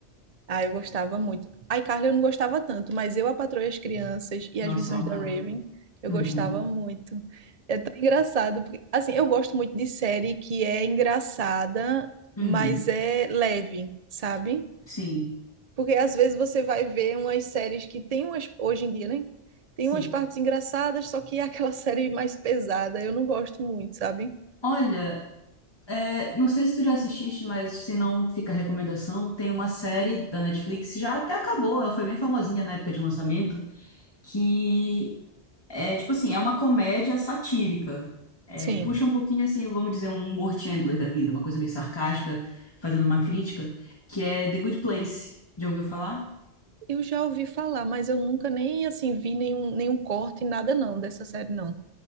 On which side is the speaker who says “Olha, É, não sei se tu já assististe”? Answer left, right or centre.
Left